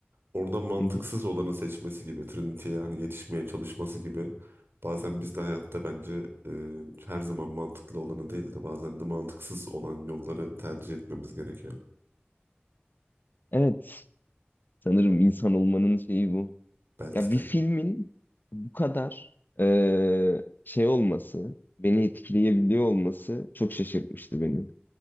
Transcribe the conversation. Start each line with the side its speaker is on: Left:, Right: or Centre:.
Right: Orada mantıksız
Left: hı, hı hı.
Right: olanı seçmesi gibi, Trinity'ye hani yetişmeye çalışması gibi. Bazen biz de hayatta bence eee, her zaman mantıklı olanı değil de bazen de mantıksız olan yolları tercih etmemiz gerekiyor.
Left: Evet. Sanırım insan olmanın şeyi bu.
Right: Belki
Left: Ya bir
Right: de.
Left: filmin bu kadar ee, şey olması, beni etkileyebiliyor olması çok şaşırtmıştı beni.